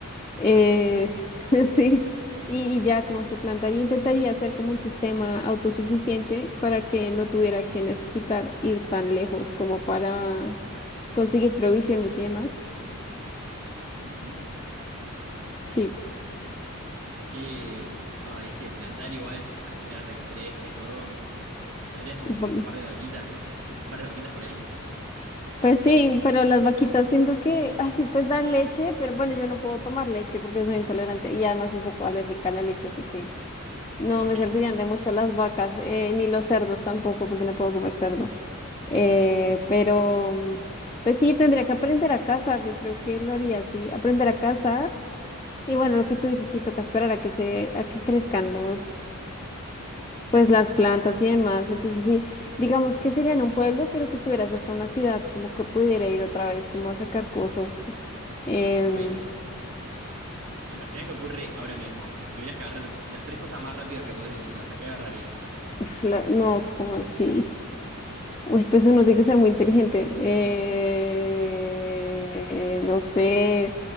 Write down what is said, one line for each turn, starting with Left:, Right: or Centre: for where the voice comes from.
Left: Eh,
Right: Ok.
Left: <laughs> sí, y, y ya como que plantaría, intentaría hacer como un sistema autosuficiente para que no tuviera que necesitar ir tan lejos como para conseguir provisiones y demás.
Right: Ujú.
Left: Sí,
Right: Que, ay, es que plantar igual, a esperar hasta que crezca y todo. ¿Tendrías un,
Left: no,
Right: un par de vaquitas? por ahí- <laughs> un par de vaquitas por ahí?
Left: Pues sí, pero las vaquitas siento
Right: <laughs>
Left: que, ay, sí, pues dan leche, pero bueno, yo no puedo tomar leche porque soy intolerante y además un poco alérgica a la leche, así que no
Right: Ok.
Left: me servirían de mucho las vacas, eh, ni los cerdos tampoco, porque no puedo comer cerdo. Eh, pero, pues sí, tendría que aprender a cazar, yo creo que lo haría así, aprender a cazar. Y bueno, lo que tú dices, sí, toca esperar a que se, a que crezcan los, pues las plantas y demás. Entonces sí, digamos que sería en un pueblo, pero que estuviera cerca de una ciudad, como que pudiera ir otra vez, como a sacar cosas. Em,
Right: Ok. Imagina que ocurre ahora mismo. Tuvieras que agarrar las tres cosas más rápidas que podés de tu casa. ¿Qué agarrarías?
Left: uf, la- no, como así. Uy, pues uno tiene que ser
Right: Eh,
Left: muy inteligente. Eh, no sé.